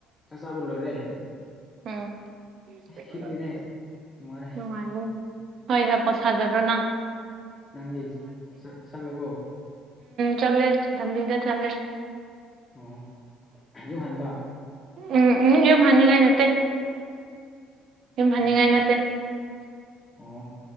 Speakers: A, on the left (about 25°); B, on the right (about 55°).
A: ꯆꯁꯥꯕꯣꯂꯣ ꯔꯦ
B: ꯎꯝꯅꯨꯡꯉ
A: ꯍꯤꯞꯄꯤꯅꯦ ꯅꯨꯡꯉꯥꯏꯔꯦ
B: ꯍꯣꯏ ꯂ ꯄꯣꯠ ꯁꯥꯖꯔꯣꯅ
A: ꯅꯟꯗꯤ ꯁꯂꯕꯣ
B: ꯆꯂꯦ ꯆꯗꯤꯗ ꯆꯂꯦ
A: ꯑꯣ ꯌꯣꯛ ꯍꯟꯕ
B: ꯎꯝ ꯎꯝ ꯌꯨꯝ ꯍꯅꯤꯡꯉꯥꯏ ꯅꯠꯇꯦ ꯌꯨꯝ ꯍꯅꯤꯡꯉꯥꯏ
A: ꯑꯁ
B: ꯅꯠꯇꯦ
A: ꯑꯣ